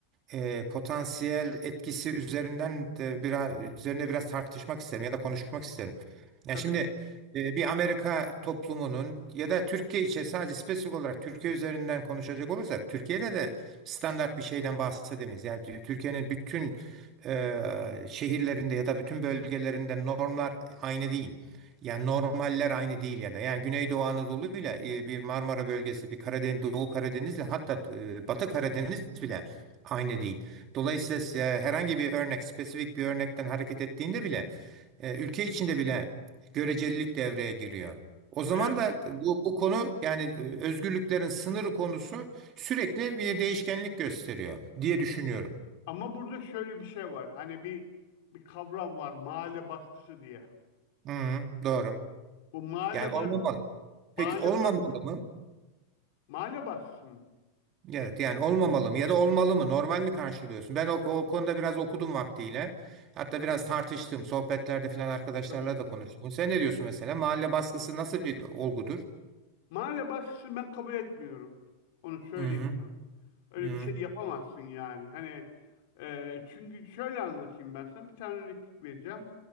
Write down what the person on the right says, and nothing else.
e, potansiyel etkisi üzerinden de biraz üzerine biraz tartışmak isterim ya da konuşmak isterim. Yani
şimdi e, bir Amerika toplumunun ya da Türkiye için sadece spesifik olarak Türkiye üzerinden konuşacak olursak Türkiye'de de standart bir şeyden bahsedemeyiz. Yani Tü- Türkiye'nin bütün e, şehirlerinde ya da bütün bölgelerinde normlar aynı değil. Yani normaller aynı değil ya da yani Güneydoğu Anadolu'yla e, bir Marmara bölgesi, bir Karadeniz, Doğu Karadeniz'le hatta e, Batı Karadeniz bile Aynı değil. Dolayısıyla size herhangi bir örnek, spesifik bir örnekten hareket ettiğinde bile e, ülke içinde bile görecelilik devreye giriyor. O zaman
da bu, bu konu yani e, özgürlüklerin sınırı konusu sürekli bir değişkenlik gösteriyor diye düşünüyorum.
Hı, doğru.
Yani olmamalı.
Peki
olmamalı
mı?
Evet yani olmamalı mı ya da olmalı mı normal mi karşılıyorsun? Ben o, o konuda biraz okudum vaktiyle. Hatta biraz tartıştım sohbetlerde falan arkadaşlarla
da konuştum. Sen ne diyorsun mesela? Mahalle baskısı nasıl bir olgudur?
Hı hı.
Hı hı.